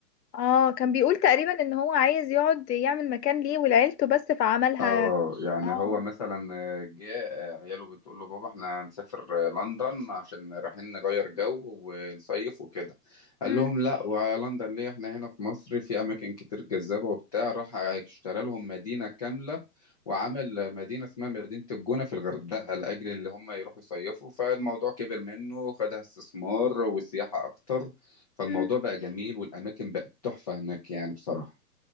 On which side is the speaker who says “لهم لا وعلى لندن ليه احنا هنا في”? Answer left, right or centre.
Left